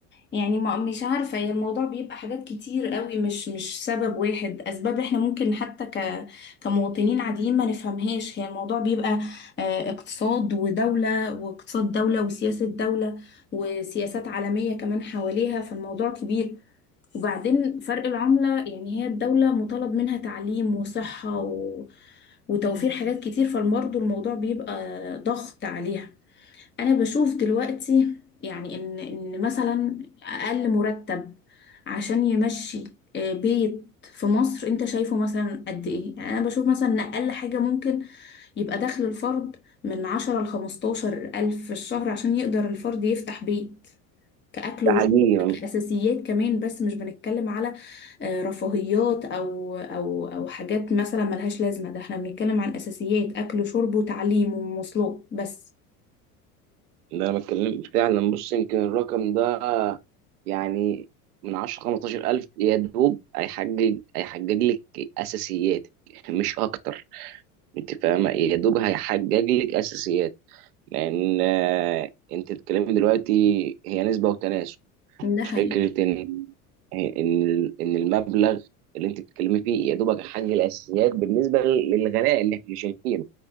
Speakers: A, on the left (about 25°); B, on the right (about 75°).
A: يعني ما مش عارفة هي الموضوع بيبقى حاجات كتير قوي مش مش سبب واحد اسباب احنا ممكن حتى ك كمواطنين عاديين ما نفهمهاش هي الموضوع بيبقى آه، اقتصاد ودولة واقتصاد دولة وسياسة دولة وسياسات عالمية كمان حواليها فالموضوع كبير وبعدين فرق العملة يعني هي الدولة مطالب منها تعليم وصحة و... وتوفير حاجات كتير فالمرضى الموضوع بيبقى ضغط عليها انا بشوف دلوقتي يعني ان ان مثلا اقل مرتب عشان يمشي آه، بيت في مصر انت شايفه مثلا قد ايه يعني انا بشوف مثلا ان اقل حاجة ممكن يبقى دخل الفرد من عشرة لخمستاشر الف في الشهر عشان يقدر الفرد يفتح بيت كأكل
B: ده
A: وشرب
B: حقيقي
A: كأساسيات كمان بس مش بنتكلم على آه، رفاهيات او او او حاجات مثلا ملهاش لازمة ده احنا بنتكلم عن أساسيات أكل وشرب وتعليم ومواصلات بس
B: اللي انا بتكلم فعلا بص يمكن الرقم ده يعني من 10 15 الف يا دوب هيحجج هيحجج لك اساسياتك <laughs> مش اكتر انت فاهمه يا دوب هيحجج لك اساسيات لان آه، انت بتتكلمي دلوقتي هي نسبه وتناسب
A: ده حقيقي
B: فكره ان ان ان المبلغ اللي انت بتتكلمي فيه يا دوبك هيحجج الاساسيات بالنسبه للغلاء اللي احنا شايفينه